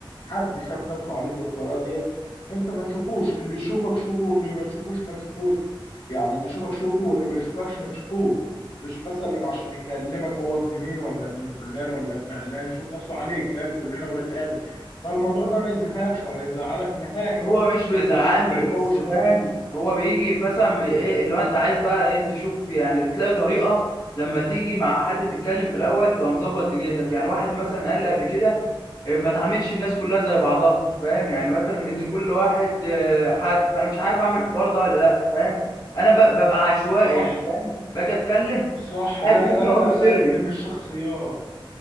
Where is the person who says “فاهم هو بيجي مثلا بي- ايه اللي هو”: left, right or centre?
Left